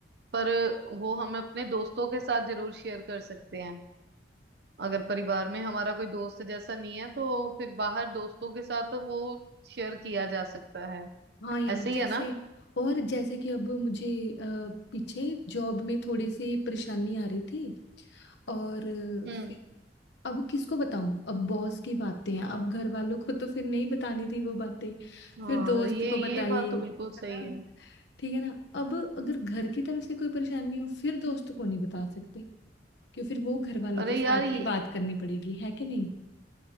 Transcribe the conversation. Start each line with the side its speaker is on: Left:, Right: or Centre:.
Right: पर वो हम अपने दोस्तों के साथ जरूर शेयर कर सकते हैं अगर परिवार में हमारा कोई दोस्त जैसा नहीं है तो फिर बाहर दोस्तों के साथ वो शेयर किया जा सकता है
Left: हाँ यार
Right: ऐसे ही
Left: जैसे
Right: है ना
Left: और जैसे कि अब मुझे अ, पीछे जॉब में थोड़ी सी परेशानी आ रही थी और अ,
Right: हम्म
Left: फिर अब किसको बताऊं अब बॉस की बातें हैं अब घर वालों को तो फिर नहीं बतानी थी वो बातें
Right: हाँ
Left: फिर दोस्त
Right: ये
Left: को बताई
Right: ये बात तो बिल्कुल सही
Left: है ना
Right: है
Left: ठीक है ना अब अगर घर की तरफ से कोई परेशानी हो फिर दोस्त को नहीं बता सकते कि फिर वो घर वालों
Right: अरे
Left: के साथ
Right: यार ये
Left: ही बात करनी पड़ेगी है कि नहीं